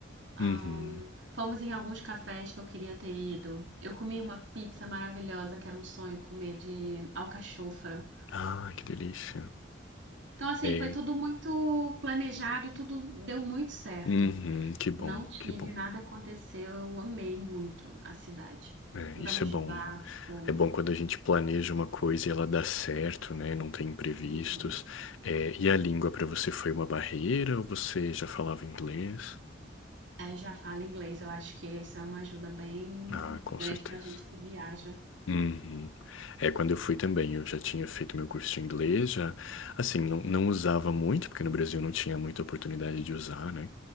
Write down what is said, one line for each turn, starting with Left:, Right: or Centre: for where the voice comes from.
Right: Ahn,
Left: Uhum.
Right: fomos em alguns cafés que eu queria ter ido. Eu comi uma pizza maravilhosa, que era um sonho comer de alcachofra.
Left: Ah, que delícia.
Right: Então, assim,
Left: É.
Right: foi tudo muito planejado e tudo deu muito certo.
Left: Uhum, que bom,
Right: Não tive,
Left: que bom.
Right: nada aconteceu, eu amei muito a cidade.
Left: É,
Right: Andamos
Left: isso é bom,
Right: de barco.
Left: né? É bom quando a gente planeja uma coisa e ela dá certo, né? Não tem imprevistos.
Right: Uhum.
Left: É, e a língua para você foi uma barreira ou você já falava inglês?
Right: Aí Eu já falo inglês, eu acho que isso é uma ajuda bem
Left: Ah, com
Right: grande
Left: certeza.
Right: pra gente que viaja.
Left: Uhum. É, quando eu fui também, eu já tinha feito meu curso de inglês, já, assim, não, não usava muito, porque no Brasil não tinha muita oportunidade de usar, né?